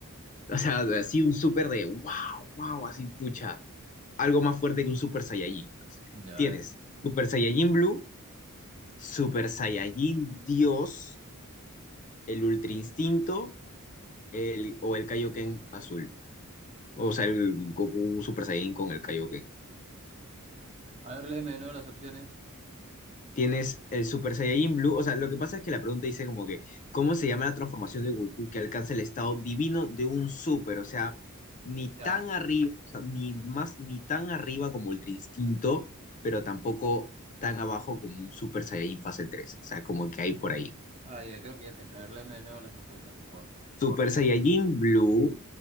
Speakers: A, on the left; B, on the right.
A: o sea, así un super de wow, wow, así pucha, algo más fuerte que un Super Saiyajin, pues.
B: Ya,
A: Tienes
B: a ver.
A: Super Saiyajin Blue, Super Saiyajin Dios, el Ultra Instinto, el, o el Kaioken azul. O sea, el Goku Super Saiyajin con el Kaioken.
B: A ver, léeme de nuevo las opciones.
A: Tienes el Super Saiyajin Blue. O sea, lo que pasa es que la pregunta dice como que, ¿cómo se llama la transformación de Goku que alcanza el estado divino de un Super? O sea, ni
B: Ya.
A: tan arriba, o sea, ni más, ni tan arriba como Ultra Instinto, pero tampoco tan abajo como un Super Saiyajin fase tres, O sea, como que hay por ahí.
B: Ah, ya, creo que ya sé, pero a ver, léeme de nuevo las respuestas, por favor.
A: Super Saiyajin Blue,